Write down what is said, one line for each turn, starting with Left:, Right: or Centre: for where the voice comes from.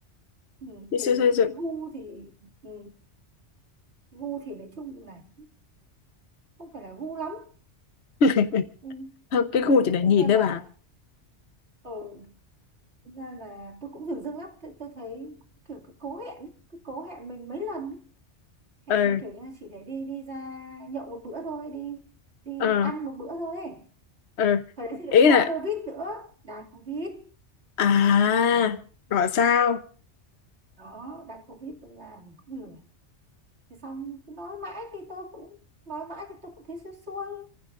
Right: ừ,
Left: đi
Right: thì
Left: siêu xây dựng
Right: gu thì ừ, gu thì nói chung là không phải là gu lắm
Left: <laughs>
Right: ừ,
Left: Thôi, cái
Right: đấy
Left: khu chỉ để
Right: thực
Left: nhìn
Right: ra
Left: thôi
Right: là
Left: bà
Right: ừ, thực ra là tôi cũng dửng dưng lắm tôi, tôi thấy kiểu cứ cố hẹn ấy, cứ cố hẹn mình mấy lần ấy. hẹn
Left: ừ
Right: mình kiểu như là chỉ để đi đi ra nhậu một bữa thôi đi đi
Left: ờ
Right: ăn một bữa thôi ấy.
Left: ờ
Right: thời đấy thì
Left: ý
Right: cũng đang
Left: là
Right: covid nữa đang covid
Left: à
Right: ừ.
Left: gọi sao
Right: đó đang covid cũng là mình cũng lười thế xong cứ nói mãi thì tôi cũng nói mãi thì tôi cũng thấy xuôi xuôi